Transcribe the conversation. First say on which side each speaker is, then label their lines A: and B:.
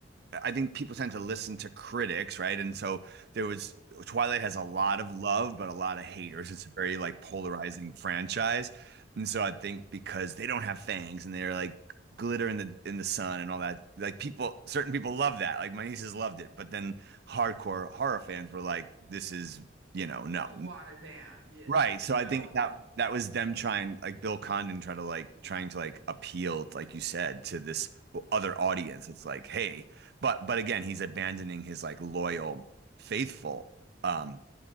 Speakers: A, on the right; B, on the right.
A: I think people tend to listen to critics, right? And so there was Twilight has a lot of love, but a lot of haters. It's a very like polarizing franchise. And so I think because they don't have fangs and they're like glitter in the in the sun and all that, like people certain people love that. Like my nieces loved it, but then hardcore horror fans were like, this is, you know, no.
B: Too watered down. Yeah.
A: Right. So
B: You
A: I
B: know,
A: think that that was them trying, like Bill Condon trying to like trying to like appeal, like you said, to this other audience. It's like, hey, but but again, he's abandoning his like loyal, faithful, um,